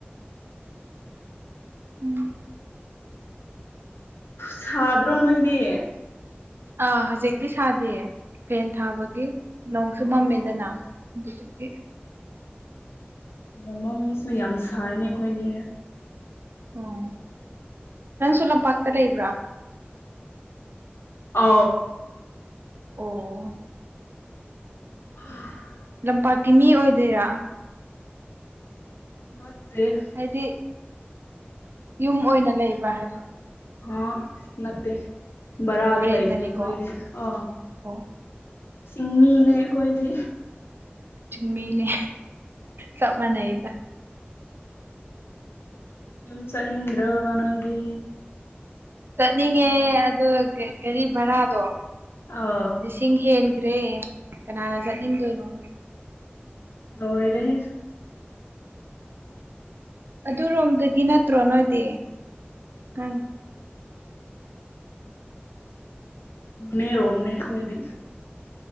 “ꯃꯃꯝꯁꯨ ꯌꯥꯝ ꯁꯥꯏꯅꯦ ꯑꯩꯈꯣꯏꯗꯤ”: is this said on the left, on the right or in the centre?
Left